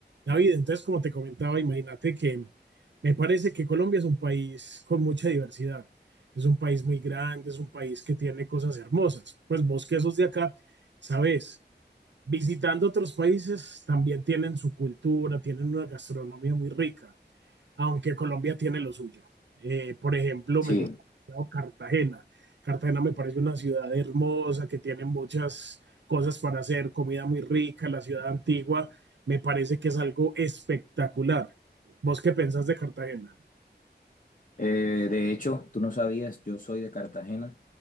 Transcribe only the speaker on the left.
Sí,
eh, de hecho, tú no sabías, yo soy de Cartagena